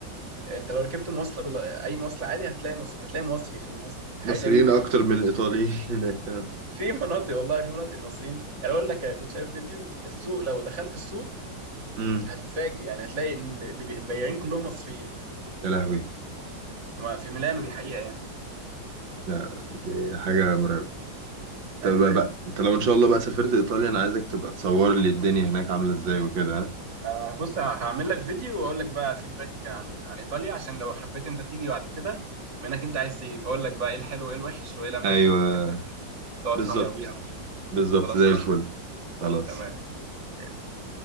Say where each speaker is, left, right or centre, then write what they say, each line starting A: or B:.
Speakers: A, on the right (about 65°); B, on the right (about 80°).
A: انت لو ركبت مواصله بال... اي مواصله عادي هتلاقي مص... هتلاقي مصري في المواصله حاجه
B: مصريين
A: غريبه
B: اكتر
A: على فكره
B: من الايطاليين <laughs> هناك
A: <laughs> في مناطق والله في مناطق المصريين يعني اقول لك كنت شايف فيديو السوق لو دخلت السوق
B: امم
A: هتتفاجئ يعني هتلاقي ان اللي بي- البياعين كلهم مصريين
B: يا لهوي
A: هما في ميلانو دي حقيقه يعني
B: لا دي حاجة مرعبة طب
A: ايوه
B: بقى, بقى انت لو ان شاء الله بقى سافرت ايطاليا انا عايزك تبقى تصور لي الدنيا هناك عاملة ازاي وكده ها؟
A: آه، بص ه- هعمل لك فيديو واقول لك بقى فيدباك عن عن ايطاليا عشان لو حبيت انت تيجي بعد كده منك انت عايز تيجي فاقول لك بقى ايه الحلو وايه الوحش وايه الاماكن
B: ايوه
A: اللي تحب تقعد
B: بالظبط
A: فيها وكده
B: بالظبط
A: خلاص
B: زي الفل
A: قشطة
B: خلاص
A: تمام ماشي